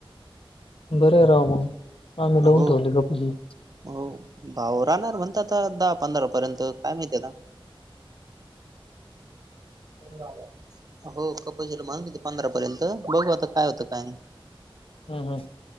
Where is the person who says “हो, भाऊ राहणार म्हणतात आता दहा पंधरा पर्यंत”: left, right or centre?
Right